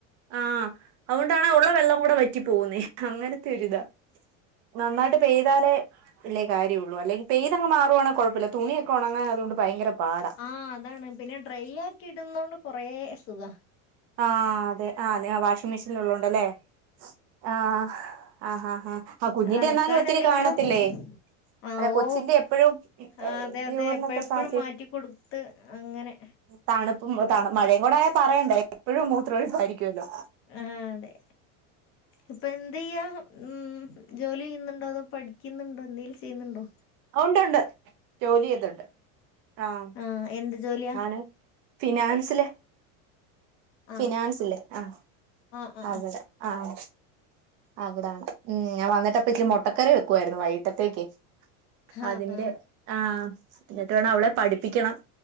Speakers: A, on the right; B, on the left.
A: ആഹ് അതുകൊണ്ടാണ് ഉള്ള വെള്ളം കൂടെ വറ്റി പോുന്നേ അങ്ങനത്തെ ഒരു ഇതാ നന്നായിട്ട് പെയ്താലേ വല്ല്യ കാര്യള്ളൂ അല്ലെങ്ക പെയ്തങ് മാറുവാണ കുഴപ്പില്ല തുണിയൊക്കെ ഉണങാൻ അതൊണ്ട് ഭയങ്ക പാടാ
B: ആഹ് അതാണ് പിന്നെ ഡ്രൈ ആക്കി ഇടുന്ന കൊണ്ട് കുറെ സുഖ
A: ആഹ് അതെ ആ വാഷിംഗ് മെഷീൻ ഉള്ളൊണ്ടല്ലേ ആഹ് ആഹ് ആഹ് ആഹ് കുഞ്ഞിന്റെ
B: അലക്കാനല്ലെങ്കിലും
A: എന്നാലും ഒത്തിരി കാണത്തില്ലേ
B: ആഹ്
A: അല്ല
B: ഓ
A: കൊച്ചിന്റെ എപ്പഴും
B: ആ അതെ അതെ
A: യൂറിനൊക്കെ
B: എപ്പഴെപ്പഴും
A: പാറ്റി
B: മാറ്റി കൊടുത്ത് അങ്ങനെ
A: തണുപ്പും തണു മഴയും കൂടെ ആയ പറയേണ്ട എപ്പോഴും മൂത്രം ഒഴിപ്പ ആയിരിക്കുമല്ലോ
B: ആഹ് അതെ ഇപ്പൊ എന്ത് ചെയ്യാ ഉം ജോലി ചെയ്യുന്നുണ്ടോ അതോ പഠി ഠിക്കുന്നുണ്ടോ എന്തേങ്കിലും ചെയ്യുന്നുണ്ടോ
A: ഉണ്ട് ഉണ്ട് ജോലി ചെയ്ന്നുണ്ട് ആഹ്
B: ഉം എന്ത് ജോലി
A: ഞാൻ ഫിനാൻസില് ഫിനാൻസ്
B: ആഹ്
A: ഇല്ല ആഹ്
B: ആഹ് ആഹ്
A: അവിടെ ആഹ് അവിടെ ഉം ഞാൻ വന്നിട്ടപ്പ മുട്ടക്കറി വെക്കുവായിരുന്നു വൈകിട്ടത്തേക്ക്
B: ആഹ്
A: അതിന്റെ
B: ആഹ്
A: ആഹ് എന്നിട്ട് വേണം അവളെ പഠിപ്പിക്കണം